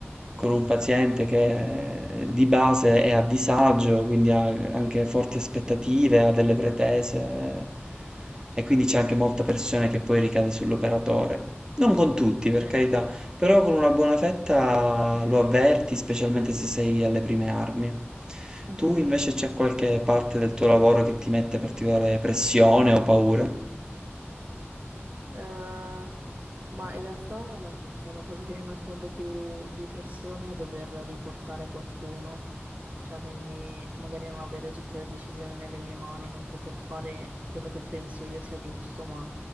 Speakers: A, on the right (about 15°); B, on the right (about 50°).
A: con un paziente che eh, di base è a disagio, quindi ha anche forti aspettative, ha delle pretese eh, e quindi c'è anche molta pressione che poi ricade sull'operatore. Non con tutti, per
B: Sì.
A: carità. Però con una buona fetta lo avverti, specialmente se sei alle prime armi.
B: Mhm.
A: Tu invece c'è qualche parte del tuo lavoro che ti mette particolare pressione o paura?
B: Eh, ma in realtà la, co- cioè, la cosa che mi mette un po' più di pressione è dover riportare qualcuno, cioè quindi magari non avere tutte le decisioni nelle mie mani, non poter fare quello che penso io sia giusto, ma